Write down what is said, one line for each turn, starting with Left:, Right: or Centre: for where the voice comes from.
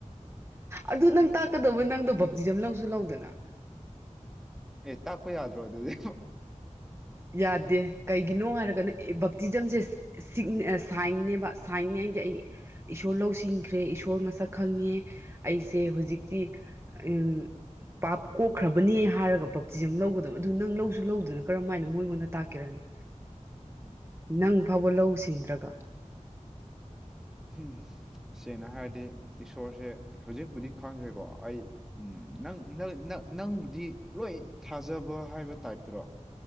Right: ꯑꯗꯨ ꯅꯪ ꯇꯥꯛꯀꯗꯧꯕ ꯅꯪꯗꯣ ꯕꯞꯇꯤꯖꯝ ꯂꯧꯁꯨ ꯂꯧꯗꯅ
Centre: ꯑꯦ ꯇꯥꯛꯄ ꯌꯥꯗ꯭ꯔꯣ ꯑꯗꯨꯗꯤ
Right: ꯌꯥꯗꯦ ꯀꯩꯒꯤꯅꯣ ꯍꯥꯏꯔꯒꯅ ꯑꯦ ꯕꯞꯇꯤꯖꯝꯁꯦ ꯁꯥꯏꯅꯦꯕ ꯁꯥꯏꯟꯉꯩꯗꯤ ꯑꯩ ꯏꯁꯣꯔ ꯂꯧꯁꯤꯟꯈ꯭ꯔꯦ ꯏꯁꯣꯔ ꯃꯁꯛ ꯈꯪꯉꯦ ꯑꯩꯁꯦ ꯍꯧꯖꯤꯛꯇꯤ ꯎ ꯄꯥꯞ ꯀꯣꯛꯈ꯭ꯔꯕꯅꯦ ꯍꯥꯏꯔꯒ ꯄꯞꯇꯤꯁꯦ ꯌꯥꯝ ꯂꯧꯒꯗꯕ ꯑꯗꯨ ꯅꯪ ꯂꯧꯁꯨ ꯂꯧꯗꯅꯔ ꯀꯃꯥꯏꯅ ꯃꯣꯏꯉꯣꯟꯗ ꯇꯥꯛꯀꯔꯅꯤ ꯅꯪ ꯐꯥꯎꯕ ꯂꯧ ꯁꯤꯡꯗ꯭ꯔꯒ
Centre: ꯎꯝ ꯁꯦꯡꯅ ꯍꯥꯏꯔꯗꯤ ꯏꯁꯣꯔꯁꯦ ꯍꯧꯖꯤꯛꯄꯨꯗꯤ ꯈꯪꯈ꯭ꯔꯦꯀꯣ ꯑꯩ ꯎꯝ ꯅꯪꯪ ꯅꯪꯕꯨꯗꯤ ꯂꯣꯏ ꯊꯥꯖꯕ ꯍꯥꯏꯕ ꯇꯥꯏꯞꯇꯔꯣ